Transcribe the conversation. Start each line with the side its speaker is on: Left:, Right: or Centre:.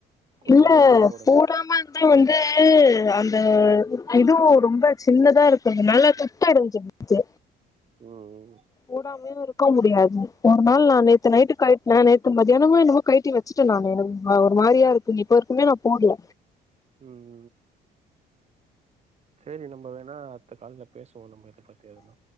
Right: குத்தத
Left: இல்ல
Right: வேணா போடுங்க
Left: போடாம அம்ப வந்து அந்த இதுவு ரொம்ப சின்னதா இருக்குறதுனால துத் அடைஞ்சு முத்து
Right: உம் உம்
Left: போடாமையு இருக்க முடியாது ஒரு நாள் நா நேத்து நைட்டு கலட்னே நேத்து மத்தியானமோ என்னமோ கழட்டி வச் சிட்ட நானு எனக்கு ஒரு மாறியா இருக்கு இப்போ வரைக்குமே நா போட்ல
Right: ம் சேரி நம்ம வேணா அடுத்த கால்ல பேசுவோ நம்ம இதை பத்தி எதுனா